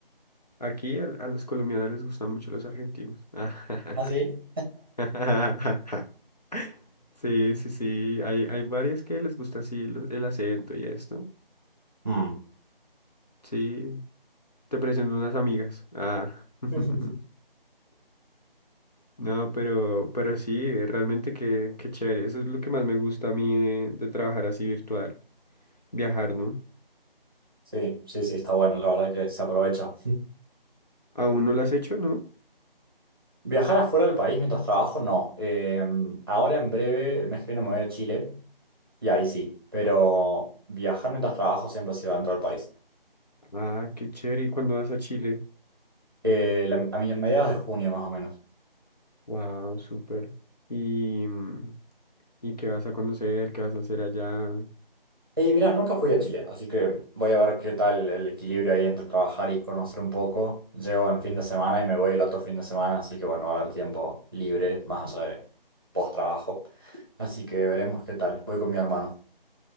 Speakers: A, on the left (about 45°); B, on the right (about 25°).
A: Aquí a, a los colombianos les gustan mucho los argentinos. <laughs>
B: <laughs> Así.
A: <laughs> Sí, sí, sí. Hay, hay varias que les gusta así lo- el acento y esto.
B: <laughs>
A: Sí, te presento unas amigas. Ah. <laughs>
B: <laughs>
A: No, pero, pero sí, eh, realmente qué, qué chévere. Eso es lo que más me gusta a mí de, de trabajar así virtual. Viajar, ¿no?
B: Sí, sí, sí, está bueno, la verdad que se aprovecha.
A: ¿Aún no lo has hecho, no?
B: <laughs> Viajar afuera del país mientras trabajo, no. Eh, ahora en breve, el mes que viene me voy a Chile y ahí sí, pero viajar mientras trabajo siempre ha sido dentro del país.
A: Ah, qué chévere. ¿Y cuándo vas a Chile?
B: Eh, la- a mí en mediados de junio más o menos.
A: Wow, súper. ¿Y, mm, y qué vas a conocer? ¿Qué vas a hacer allá?
B: Y mira, nunca fui a Chile, así que voy a ver qué tal el equilibrio ahí entre trabajar y conocer un poco. Llego en fin de semana y me voy el otro fin de semana, así que bueno, va a haber tiempo libre más allá de post trabajo. Así que veremos qué tal. Voy con mi hermano.